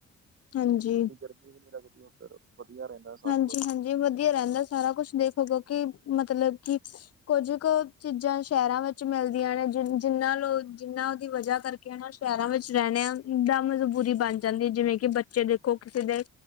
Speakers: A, on the left; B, on the right.
A: ਹਾਂਜੀ
B: ਇਏਡੀ ਗਰਮੀ ਵੀ, ਨਹੀਂ ਲੱਗਦੀ ਉਧਰ ਫੇਰ ਵਧੀਆ ਰਹਿੰਦਾ। ਸਭ
A: ਹਾਂਜੀ-
B: ਕੁਛ
A: ਹਾਂਜੀ, ਵਧੀਆ ਰਹਿੰਦਾ ਸਾਰਾ ਕੁਛ, ਦੇਖੋ ਕਿਉਂਕਿ, ਮਤਲਬ ਕਿ ਕੁੱਝ ਕੁ ਚੀਜ਼ਾਂ, ਸ਼ਹਿਰਾਂ ਵਿੱਚ ਮਿਲਦੀਆਂ ਨੇ। ਜਿ ਜਿਨਾਂ ਲੋ ਜਿੰਨਾਂ ਦੀ ਵਜਾ, ਕਰਕੇ। ਸ਼ਹਿਰਾਂ ਵਿੱਚ ਰਹਿਣਿਆਂ। ਦਾ ਮਜਬੂਰੀ ਬਣ ਜਾਂਦੀ ਹੈ। ਜਿਵੇਂ ਕਿ ਬੱਚੇ ਦੇਖੋ, ਕਿਸੇ ਦੇ।